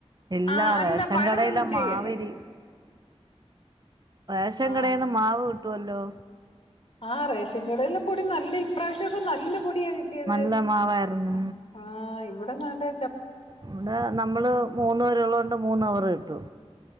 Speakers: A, on the right; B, on the left.
A: ഇല്ല
B: ആ അല്ല
A: റേഷൻ
B: പഴം
A: കടയിലെ
B: ഒന്നും ചെയ്യണ്ട
A: മാവിരി റേഷൻ
B: ആ
A: കടേന്ന് മാവ് കിട്ടുവലോ
B: ആ റേഷൻ കടേല് കു ട്ടും നല്ല ഇപ്രാവശ്യോക്ക നല്ല പൊടിയാ കിട്ടിയത്
A: നല്ല മാവായിരുന്നു
B: ആ ആ ഇവിട ദാണ്ടെ
A: ഇവിട നമ്മള് മൂന്നവരെ ഒള്ളോണ്ട് മൂന്നവറേ കിട്ടു